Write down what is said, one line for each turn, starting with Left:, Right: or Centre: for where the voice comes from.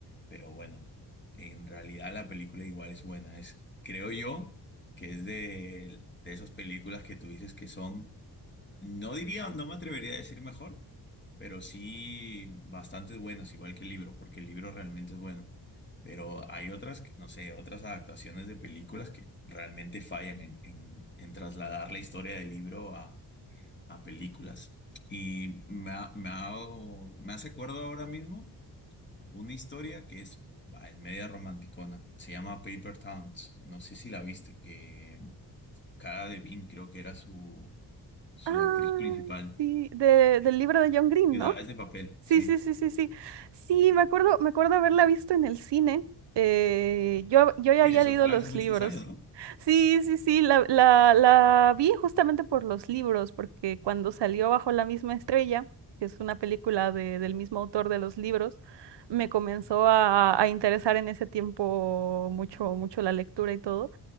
Left: Pero bueno, en realidad la película igual es buena. Es, creo yo que es de, de esas películas que tú dices que son, no diría, no me atrevería a decir mejor, pero sí bastante buenas, igual que el libro, porque el libro realmente es bueno. Pero hay otras, que- no sé, otras adaptaciones de películas que realmente fallan en, en- en trasladar la historia del libro a, a películas. Y me, ha- me, ha dado- me hace acuerdo ahora mismo una historia que es, va, es media romanticona. Se llama Paper Towns. No sé si la viste, que Cara Delevingne creo que era su, su
Right: Ay,
Left: actriz principal.
Right: sí, de- del libro de John Green,
Left: Ciudades
Right: ¿no?
Left: de papel, sí.
Right: Sí, sí, sí, sí, sí. Sí, me acuerdo, me acuerdo haberla visto en el cine. Eh, yo, yo ya
Left: Sí,
Right: había
Left: eso
Right: leído
Left: fue
Right: los
Left: hace muchos
Right: libros.
Left: años, ¿no?
Right: Sí, sí, sí, la, la, la vi justamente por los libros, porque cuando salió Bajo la misma estrella, que es una película de- del mismo autor de los libros, me comenzó a, a interesar en ese tiempo mucho, mucho la lectura y todo.